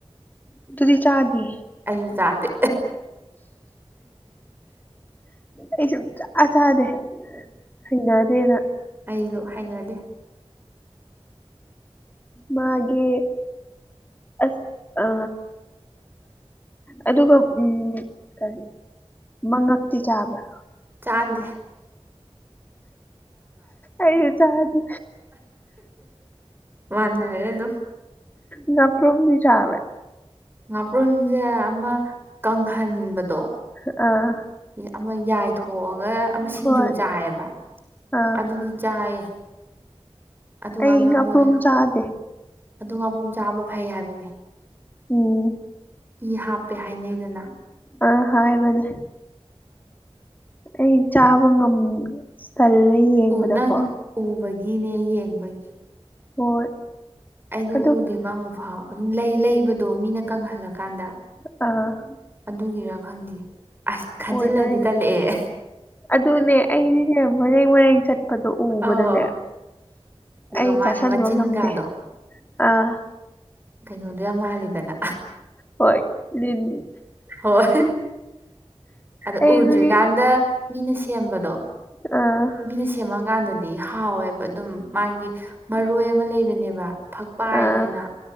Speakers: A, on the left; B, on the right.
A: ꯑꯗꯨꯗꯤ ꯆꯥꯗꯦ
B: ꯑꯩꯁꯨ ꯆꯥꯗꯦ
A: ꯑꯩ ꯁꯨꯡꯆꯥ ꯆꯥꯗꯦ ꯍꯩꯅꯗꯦꯅꯥ
B: ꯑꯩꯁꯨ ꯍꯥꯏꯅꯗꯦ
A: ꯃꯥꯒꯤ ꯑꯁ ꯑ ꯑꯗꯨꯒ ꯎꯝ ꯀꯔꯤ ꯃꯉꯛꯇꯤ ꯆꯥꯕ꯭ꯔꯥ
B: ꯆꯥꯟꯗꯦ
A: ꯑꯩꯁꯨ ꯆꯥꯗ
B: ꯃꯥꯟꯅꯔꯦ ꯑꯗꯨꯝ
A: ꯉꯥꯄꯔ꯭ꯨꯝꯗꯤ ꯆꯥꯕꯔ꯭
B: ꯉꯥꯄ꯭ꯔꯣꯟꯁꯦ ꯑꯃ ꯀꯪꯍꯟꯕꯗꯣ
A: ꯑꯥ
B: ꯑꯃ ꯌꯥꯏꯊꯣꯛꯑꯒ ꯑꯃ ꯁꯤꯡꯖꯨ
A: ꯍꯣꯏ
B: ꯆꯥꯏꯌꯦꯕ
A: ꯑꯥ
B: ꯑꯗꯨꯗꯤ ꯆꯥꯏꯌꯦ ꯑꯗꯨꯒ
A: ꯑꯩ
B: ꯑꯃ
A: ꯉꯥꯄ꯭ꯔꯨꯝ
B: ꯃꯣꯏ
A: ꯆꯥꯗꯦ
B: ꯑꯗꯨ ꯃꯥꯄꯨꯝ ꯆꯥꯕ ꯐꯩ ꯍꯥꯏꯕꯅꯤ
A: ꯎꯝ
B: ꯏ ꯍꯥꯞꯄꯦ ꯍꯥꯏꯅꯩꯗꯅ
A: ꯑ ꯍꯥꯏꯕꯅꯦ ꯑꯩ ꯆꯥꯕ ꯉꯝ ꯑꯁ ꯇꯜꯂꯦ ꯌꯦꯡꯕꯗꯀꯣ
B: ꯎ ꯅꯪ ꯎꯕꯒꯤꯅꯦ ꯌꯦꯡꯕꯒꯤ
A: ꯍꯣꯏ
B: ꯑꯩꯗꯤ
A: ꯑꯗꯨ
B: ꯎꯗꯦꯕ ꯑꯃꯨꯛꯐꯥꯎ ꯑꯗꯨꯝ ꯂꯩ-ꯂꯩꯕꯗꯣ ꯃꯤꯅ ꯀꯪꯍꯜꯂꯀꯥꯟꯗ
A: ꯑ
B: ꯑꯗꯨꯒꯤꯔꯥ ꯈꯪꯗꯦ ꯑꯁ ꯈꯟꯖꯤꯜꯂꯗꯤ
A: ꯑꯣꯏꯗꯣꯏꯅꯦ
B: ꯇꯜꯂꯛꯑꯦ
A: ꯑꯗꯨꯅꯦ ꯑꯩꯗꯤꯅꯦ ꯃꯔꯦꯡ-ꯃꯔꯦꯡ ꯆꯠꯄꯗꯣ ꯎꯕꯗꯅꯦ
B: ꯑꯧ ꯑꯗꯨꯒ
A: ꯑꯩ
B: ꯃꯥꯒꯤ
A: ꯇꯥꯁꯟꯕ
B: ꯃꯆꯤꯟꯒꯥꯗꯣ
A: ꯉꯝꯗꯦ ꯑꯥ
B: ꯀꯩꯅꯣꯗꯣ ꯌꯥꯝ ꯃꯥꯜꯂꯤꯗꯅ
A: ꯍꯣꯏ ꯂꯤꯟ
B: ꯍꯣꯏ ꯑꯗ
A: ꯑꯩ
B: ꯎꯗ꯭ꯔꯤꯀꯥꯟꯗ
A: ꯑꯗꯨꯒꯤ
B: ꯃꯤꯅ ꯁꯦꯝꯕꯗꯣ
A: ꯑꯥ
B: ꯃꯤꯅ ꯁꯦꯝꯃꯀꯥꯟꯗꯗꯤ ꯍꯥꯎꯋꯦꯕ ꯑꯗꯨꯝ ꯃꯥꯒꯤ ꯃꯔꯣꯏ ꯑꯃ ꯂꯩꯕꯅꯦꯕ ꯐꯛꯄꯥꯏꯌꯦꯅ
A: ꯑꯥ